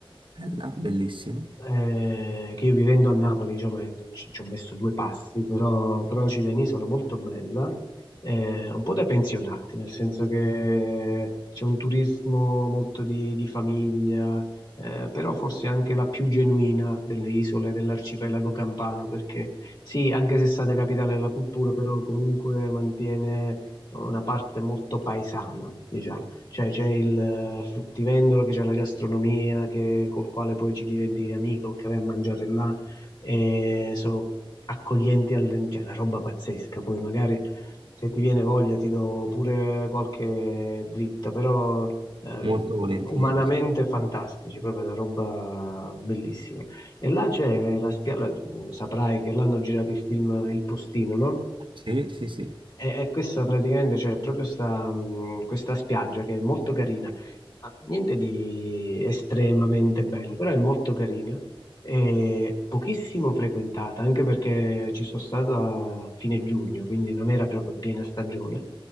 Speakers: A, on the right; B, on the left.
A: bella, bellissima,
B: eh, che io vivendo a Napoli, diciamo, eh, ci, ci ho messo due passi, però, però c'è un'isola molto bella, eh, un po' da pensionati, nel senso che c'è un turismo molto di, di famiglia, eh, però forse anche la più genuina delle isole dell'arcipelago campano, perché sì, anche se è stata capitale della cultura, però comunque mantiene una parte molto paesana, diciamo. Cioè c'è il eh, fruttivendolo che c'è la gastronomia che- col quale poi ci diventi amico, che vai a mangiare là e sono accoglienti, al, cioè una roba pazzesca. Poi magari se ti viene voglia ti do pure qualche dritta, però eh,
A: molto volentieri,
B: umanamente
A: sì.
B: fantastici, proprio una roba bellissima. E là c'è la spiaggia, saprai che l'hanno girato il film Il Postino, no?
A: Sì, sì, sì.
B: E, e questa praticamente c'è proprio sta, mh, questa spiaggia che è molto carina, ma niente di estremamente bello, però è molto carina e pochissimo frequentata, anche perché ci sono stato a fine giugno, quindi non era proprio piena stagione.